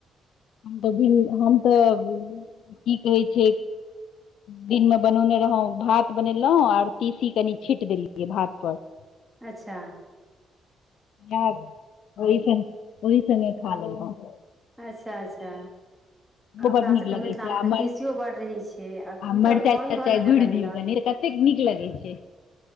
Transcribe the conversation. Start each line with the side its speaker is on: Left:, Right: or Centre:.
Left: हम तऽ भिन हम तऽ की कहै छै दिन मे बनौने रहौ भात बनेलहुँ आओर तीसी कनि छीट देलियै भात पर
Centre: अच्छा
Left: यार ओहि सने ओहि सने खा लेलौं अपन
Centre: अच्छा अच्छा।
Left: ओहो
Centre: आ अपना
Left: बड नीक
Centre: सभ के
Left: लगै
Centre: मिथिला
Left: छै आ
Centre: मे तऽ
Left: मर
Centre: तीसियो बड रहै छै आ ई
Left: मरचाइ
Centre: तऽ गाँव
Left: तरचाइ
Centre: घर मे
Left: गुड़ि
Centre: ज्यदा
Left: दियौ
Centre: मिलत
Left: कनि कतेक नीक लगै छै